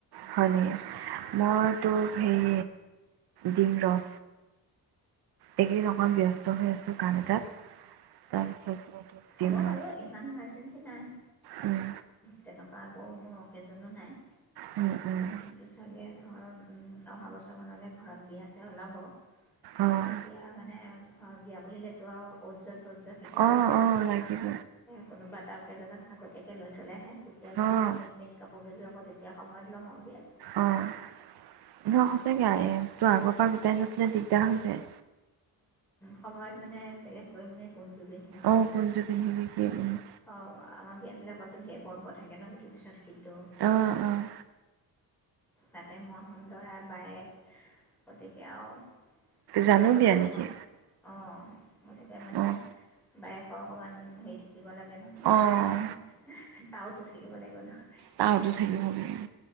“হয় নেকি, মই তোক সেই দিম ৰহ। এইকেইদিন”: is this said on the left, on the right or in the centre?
Right